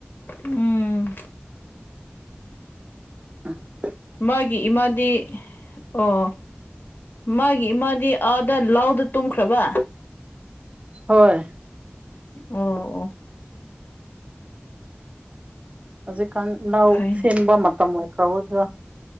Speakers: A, on the left; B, on the right.
A: ꯎꯝ
B: ꯑ
A: ꯃꯥꯒꯤ ꯏꯃꯥꯗꯤ ꯑꯣ ꯃꯥꯒꯤ ꯏꯃꯥꯗꯤ ꯑꯥꯗ ꯂꯥꯎꯗ ꯇꯨꯝꯈ꯭ꯔꯕ
B: ꯍꯣꯏ
A: ꯑꯣ ꯑꯣ
B: ꯍꯧꯖꯤꯛꯀꯥꯟ ꯂꯅꯥꯎ
A: ꯐꯩꯅꯦ
B: ꯁꯦꯝꯕ ꯃꯇꯝ ꯑꯣꯏꯈ꯭ꯔ ꯑꯣꯏꯒꯔꯥ